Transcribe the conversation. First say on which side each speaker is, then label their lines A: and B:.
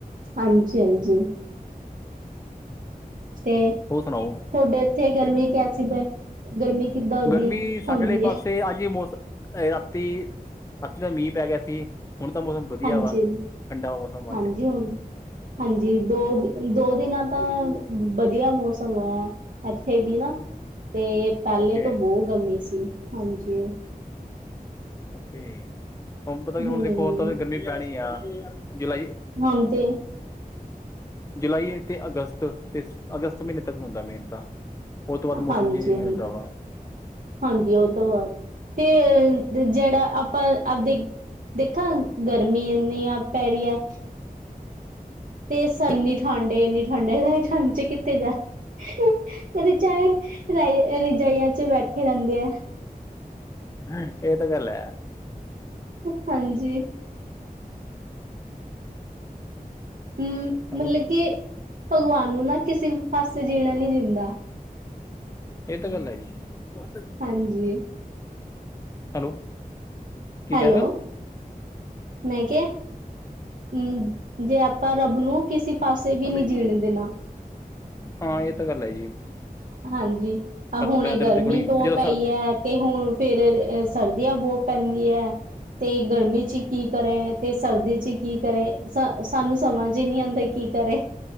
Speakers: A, on the right; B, on the left.
A: ਹਾਂਜੀ-ਹਾਂਜੀ। ਤੇ
B: ਹੋਰ ਸੁਣਾਓ?
A: ਥੋਡੇ ਉੱਥੇ ਗਰਮੀ ਕੈਸੀ ਬੈ? ਗਰਮੀ ਕਿੱਦਾਂ?
B: ਗਰਮੀ ਸਾਡੇ ਆਲੇ
A: ਹੈ
B: ਪਾਸੇ ਅੱਜ ਮੋਸ--ਰਾਤੀ, ਰਾਤੀ ਤਾਂ ਮੀਂਹ ਪੈ ਗਿਆ ਸੀ। ਹੁਣ ਤਾਂ ਮੌਸਮ ਵਦੀਆ
A: ਹਾਂਜੀ
B: ਵਾ, ਠੰਡਾ ਮੌਸਮ
A: ਹਾਂਜੀ
B: ਅੱਜ।
A: ਹੁਣ ਹਾਂਜੀ, ਦੋ ਦੀ ਦੋ ਦਿਨਾਂ ਦਾ ਵਦੀਆ ਮੌਸਮ ਹੋਇਆ। ਇੱਥੇ ਵੀ ਨਾ, ਤੇ ਪਹਿਲੇ
B: ਓਕੇ
A: ਤੋਂ ਬੋਅ ਗਰਮੀ ਸੀ, ਹਾਂਜੀ।
B: ਓਕੇ। ਹੁਣ ਪਤਾ ਕੀ ਹੁਣ
A: ਹਮ
B: ਦੇਖੋ ਹੁਣ ਤਾਂ ਓਥੇ ਗਰਮੀ ਪੈਣੀ ਆ, ਜੁਲਾਈ
A: ਹੁਣ ਤੇ
B: ਜੁਲਾਈ ਅਤੇ ਅਗਸਤ ਤੇ ਅਗਸਤ ਮਹੀਨੇ ਤੱਕ ਹੁੰਦਾ, ਮੇਨ ਤਾਂ। ਉਹ ਤੋਂ ਬਾਅਦ ਮੌਸਮ
A: ਹਾਂਜੀ-ਹਾਂਜੀ,
B: ਚੇਂਜ ਹੋ ਜਾਂਦਾ ਵਾ
A: ਹਾਂਜੀ ਉੱਤੋਂ ਬਾਦ ਤੇ ਤੇ ਜੇੜਾ ਆਪਾਂ ਆਪਦੇ, ਦੇਖਾਂ ਗਰਮੀ ਇੰਨੀ ਆ ਪੈ ਰਈ ਐ। ਤੇ ਸਾ ਇੰਨੀ ਠੰਡ ਏ ਇੰਨੀ ਠੰਡ ਏ, ਤੇ ਠੰਡ ਚ ਕਿੱਥੇ ਜਾ ਉਹਦੇ ਚ ਆ ਰਜਾਈਆਂ ਚ ਬੈਠੇ ਰਹਿੰਦੇ ਐ।
B: ਹੈ ਏ ਤਾਂ ਗੱਲ ਐ।
A: ਹਾਂਜੀ। ਹੂੰ
B: ਹੈਲੋ
A: ਮਤਲਬ ਕਿ, ਭਗਵਾਨ ਨੂੰ ਨਾ ਕਿਸੇ ਵੀ ਪਾਸੇ ਜੀਣਾ ਨਹੀਂ ਦਿੰਦਾ।
B: ਏ ਤਾਂ ਗੱਲ ਐ ਜੀ ਵੱਧ।
A: ਹਾਂਜੀ।
B: ਹੈਲੋ ਕੀ
A: ਹੈਲੋ
B: ਕਹਿ ਰਏ ਓ?
A: ਮੈਂ ਕਿਆ ਹੂੰ, ਜੇ ਆਪਾਂ ਰੱਬ ਨੂੰ ਕਿਸੀ ਪਾਸੇ ਵੀ
B: ਹੈਲੋ
A: ਨੀ ਜੀਣ ਦੇਣਾ।
B: ਹਾਂ ਏ ਤਾਂ ਗੱਲ ਐ ਜੀ।
A: ਹਾਂਜੀ, ਆ ਹੁਣ
B: ਵੈਦਰ
A: ਏ ਗਰਮੀ
B: ਦੇ ਕੋਲ ਜਦੋਂ
A: ਦੋ ਪਈ
B: ਸਰਦੀ
A: ਐ ਤੇ ਹੁਣ ਫਿਰ ਅ ਸਰਦੀਆਂ ਬਹੁਤ ਪੈਂਦੀ ਐ ਤੇ ਗਰਮੀ ਚ ਕੀ ਕਰੇ ਤੇ ਸਰਦੀ ਚ ਕੀ ਕਰੇ ਸ ਸਾਨੂੰ ਸਮਝ ਈ ਨਹੀਂ ਆਂਦਾ ਕੀ ਕਰੇ।